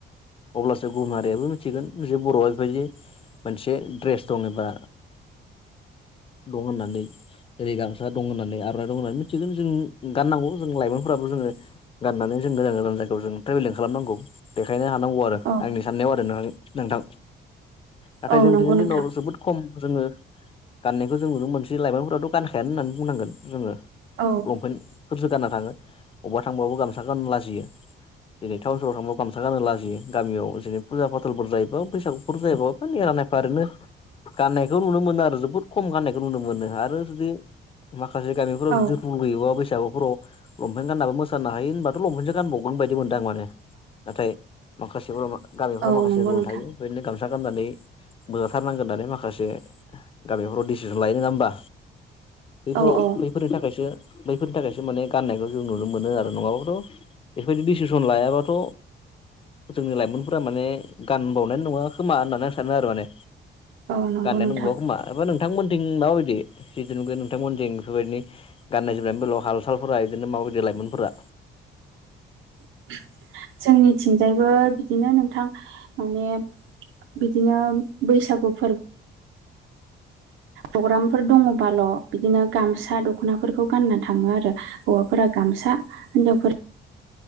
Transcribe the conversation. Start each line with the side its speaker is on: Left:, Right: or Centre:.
Left: अब्लासो गुबुन हारियाबो मिथिगोन बर'आ बेबायदि मोनसे द्रेस दङ एबा दं होननानै ओरै गामसा दं होननानै आरनाइ दं होननानै मिथिगोन जों गाननांगौ लाइमोनफोराबो जोङो गाननानै जों गोजान गोजान जायगायाव जों ट्रेभेलिं खालामनांगौ बेखायनो थानांगौ आरो
Right: औ
Left: आंनि साननायाव आरो नोंथां। नाथाय
Right: औ
Left: जों
Right: नंगौ
Left: दिनैनि
Right: नोंथां
Left: दिनाव
Right: औ
Left: जोबोद खम जोङो गाननायखौ जों नुनो मोनसे लाइमोनफोराथ' गानखायानो होननानै बुंनांगोन जोङो।
Right: औ
Left: लंपेन्टफोरसो गानना थाङो। अबबा थांबाबो गामसा गाननो लाजियो जेरै टानाव सहराव थांबाबो गाम गाननो लाजियो गामियाव जेरै फुजा फाथालफोर जायोबा बैसागुफोर जायोबा निरा नायफा ओरैनो गाननायखौ नुनो मोनो आरो जोबोद खम गाननायखौ नुनो मोनो आरो जुदि माखासे गामिफोराव
Right: औ
Left: जुदि रुल गैयोबा बे हराव लंपेन गानाबो मोसानो हायो होनबाथ' लंपेसो गानबावगोन बायदि मोन दां माने नाथाय माखासेफोर गामिफोराव
Right: औ औ नंगौ
Left: माखासे रुल
Right: नोंथां
Left: थायो बेदिनो गामसा नानै बोजारनांगोननानै माखासे गामिफोराव लाय नङा होमबा! बैफोराव
Right: औ औ
Left: बैफोरनि थाखायसो बैफोरनि थाखायसो माने गाननायखौ जों नुनो मोनो आरो नङाबाथ' बेफोरबायदि डिसिसन लायाबाथ' जोंनि लाइमोनफोरा माने गान बावनाय नङा खोमा होननानै आं सानो आरो माने।
Right: औ नंगौ
Left: गाननायानो
Right: नोंथां
Left: नंबावा खोमा एबा नोंथांमोनथिं माबायदि जिथुखे नोंथांमोनथिं बेफोरबायदि गाननाय जोमनायनिबोल' हाल सालफोरा बिदिनो माबायदि लाइमोनफोरा
Right: <inaudible> जोंनिथिंजायबो बिदिनो नोंथां माने बिदिनो बैसागु फोरबो प्रग्रामफोर दङबाल' बिदिनो गामसा दख'नाफोरखौ गानना थाङो आरो हौवाफोरा गामसा हिनजावफोर